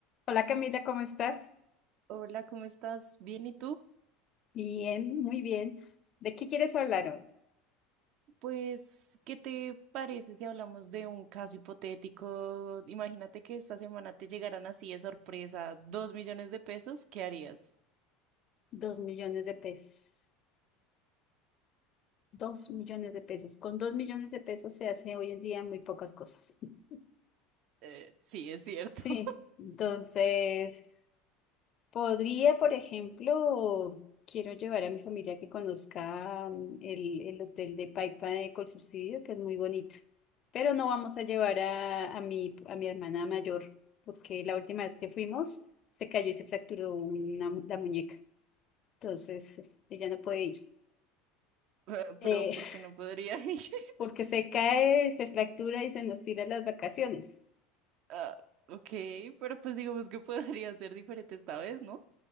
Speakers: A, on the left; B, on the right.
A: Hola Camila, ¿cómo estás?
B: Hola, ¿cómo estás? ¿Bien y tú?
A: Bien, muy bien. ¿De qué quieres hablar hoy?
B: Pues, ¿qué te parece si hablamos de un caso hipotético? Imagínate que esta semana te llegaran así de sorpresa dos millones de pesos, ¿qué harías?
A: Dos millones de pesos. Dos millones de pesos. Con dos millones de pesos se hace hoy en día muy pocas cosas. <laughs>
B: Eh, sí, es cierto,
A: Sí, entonces podría, por ejemplo, quiero llevar a mi familia que conozca mm, el, el hotel de Paipa de Colsubsidio, que es muy bonito. Pero no vamos a llevar a, a mi, a mi hermana mayor, porque la última vez que fuimos se cayó y se fracturó una mu- la muñeca. Entonces, eh, ella no puede ir.
B: <laughs> Ah,
A: Eh,
B: pero ¿por qué no podría ir? <laughs>
A: <laughs> porque se cae, se fractura y se nos tira las vacaciones.
B: Ah, ok, pero pues digamos que podría ser diferente esta vez, ¿no?